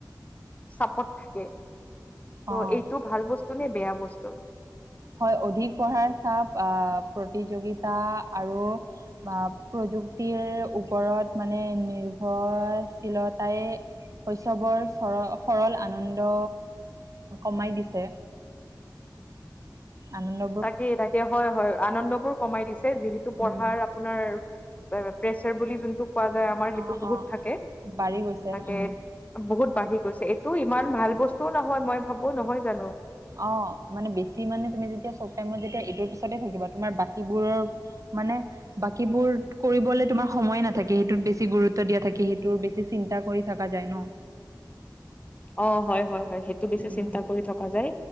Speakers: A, on the left; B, on the right.
A: চাপত থাকে। ত'
B: অঁ
A: এইটো ভাল বস্তু নে বেয়া বস্তু?
B: হয় অধিক পঢ়াৰ চাপ আ প্ৰতিযোগিতা আৰু বা প্ৰযুক্তিৰ ওপৰত মানে নিৰ্ভৰশীলতাই শৈশৱৰ চৰ সৰল আনন্দ কমাই দিছে। আনন্দ
A: তাকেই তাকে হয় হয় আনন্দবোৰ কমাই দিছে যিহেতু পঢ়াৰ
B: উম,
A: আপোনাৰ প্ৰেচাৰ বুলি যোনটোক কোৱা যায় আমাৰ সেইটো
B: অ',
A: বহুত
B: অ',
A: থাকে
B: বাঢ়ি গৈছে
A: তাকে
B: উম।
A: বহুত বাঢ়ি গৈছে এইটো ইমান ভাল বস্তুও নহয় মই ভাবো নহয় জানো।
B: অ, মানে বেছি মানে তুমি যেতিয়া চব টাইমত যেতিয়া এইটোৰ পিছতে থাকিবা তোমাৰ বাকীবোৰৰ মানে বাকীবোৰ কৰিবলৈ তোমাৰ সময়ে নাথাকে সেইটোত বেছি গুৰুত্ব দিয়া থাকে সেইটোৰ বেছি চিন্তা কৰি থাকা যায় ন।
A: অ হয় হয় হয় সেইটো বেছি
B: উম,
A: চিন্তা কৰি থকা যায়